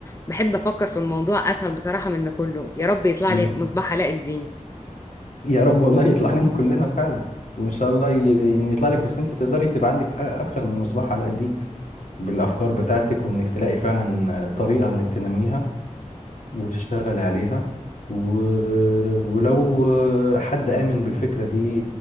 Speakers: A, on the left; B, on the left.
A: بحب افكر في الموضوع اسهل بصراحه من ده كله يا رب يطلع
B: مم.
A: لي مصباح علاء الدين
B: يا رب والله يطلع لنا كلنا فعلا وان شاء الله ي- يعني يطلع لك بس انت تقدري تبقى عندك أ- اكتر من مصباح على قديك بالافكار بتاعتك وانك تلاقي فعلا طريقة انك تنميها وتشتغلي عليها و... ولو حد آمن بالفكرة دي